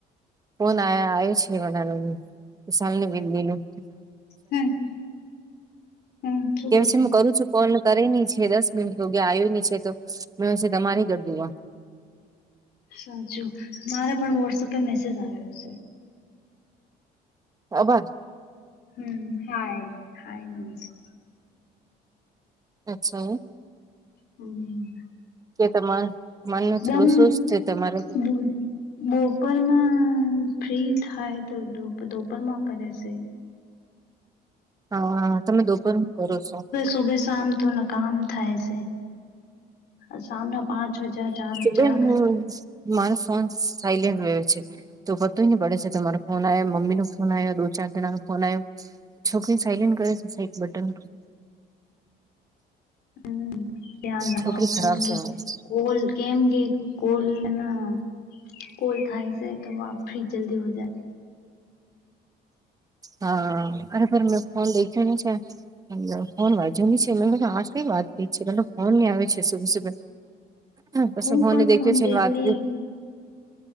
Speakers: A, on the right; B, on the left.
A: ફોન આય આયો છે ઘનાનું સાલની બિડી નુ <unintelligible>
B: હમ હમ શું
A: કે
B: બોલે
A: પછી હું કરું છુ. ફોન કરેની છે દસ મિનિટ ગે આવીની છે, તો મે હશે તમારી ઘરદીવા
B: સાચું મારે પણ વોટ્સઅપે મેસેજ આવેયો છે.
A: અભાર
B: હમ હાય હાય મ છે.
A: અચ્છા એ
B: હમ.
A: કે તમાર મન ન
B: દમ
A: થોડું શું જ છે, તમારે
B: બોલ બપોરમાં ફ્રી થાય તોપોરમાં કરે છે.
A: હા તમે દોપહર માં કરો છો.
B: સુભે શામ તોને કામ થાય છે. સામના પાંચ વાજા ચાર વાજા
A: બન હું મારો ફોન સાયલેન્ટ હોયો છે. તોતય ને પડે છે તમારો ફોન આવ્યો મમ્મી નો ફોન આવ્યો દો ચાર જણા ન ફોન આવ્યો છોકરી સાયલેન્ટ કરે છે સાઈ બટન
B: હમ ધ્યાન
A: છોકરી
B: રાખો
A: ખરાબ
B: કેમ કે
A: છે મારી.
B: કોલ કેમ કે કોલ ના કોલ થાય છે, તો ફ્રીજ જલ્દી હોજાય.
A: હા અરે ભ મેં ફોન દેખ્યો ન છે. ફોન વાજુની છે એ આ કઈ વાત થ છે ફોન ની આવે છે સુબે સુબે. તો
B: હું
A: સને
B: પણ
A: દેખ્યો
B: ફોન
A: ચનવાતી
B: દેખતી